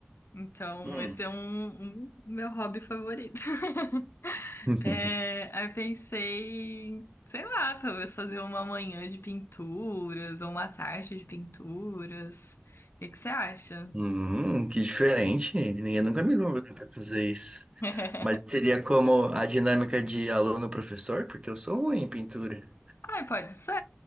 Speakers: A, on the left; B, on the right.
A: Então,
B: Hum.
A: esse é um, um meu hobby favorito. <laughs>
B: <laughs>
A: É, aí eu pensei, sei lá, talvez fazer uma manhã de pinturas ou uma tarde de pinturas. O que que você acha?
B: Hum, que diferente. Ninguém nunca me convidou pra fazer isso.
A: <laughs>
B: Mas seria como a dinâmica de aluno-professor, porque eu sou ruim em pintura.
A: Ai, pode ser.